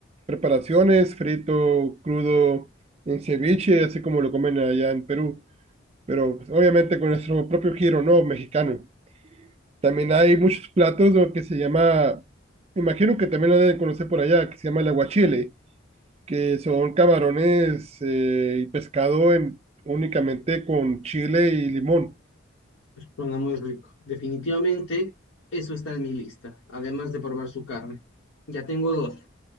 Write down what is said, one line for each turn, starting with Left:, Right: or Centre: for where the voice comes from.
Right: preparaciones, frito, crudo, en ceviche, así como lo comen allá en Perú, pero pues, obviamente con nuestro propio giro, ¿no? Mexicano. También hay muchos platos lo que se llama, imagino que también lo deben conocer por allá, que se llama el aguachile, que son camarones eh, y pescado en, únicamente con chile y limón.
Left: Suena muy rico. Definitivamente eso está en mi lista, además de probar su carne. Ya tengo dos.